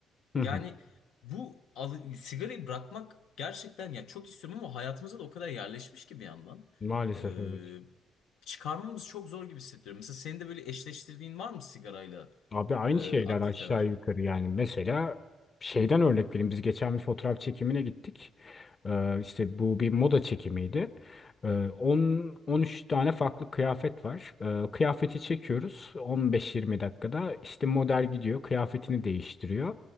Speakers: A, on the left (about 35°); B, on the left (about 80°).
A: Hı
B: Yani
A: hı.
B: bu alı- sigarayı bırakmak gerçekten ya çok istiyorum ama hayatımıza da o kadar yerleşmiş ki bir yandan.
A: Maalesef
B: Ee,
A: evet.
B: çıkarmamız çok zor gibi hissediyorum. Mesela senin de böyle eşleştirdiğin var mı sigarayla
A: Abi aynı
B: e,
A: şeyler
B: aktiviteler?
A: aşağı yukarı yani. Mesela şeyden örnek vereyim. Biz geçen bir fotoğraf çekimine gittik. Ee, işte bu bir moda çekimiydi. Ee, 10 13 tane farklı kıyafet var. Ee, kıyafeti çekiyoruz 15-20 dakikada. İşte model gidiyor, kıyafetini değiştiriyor.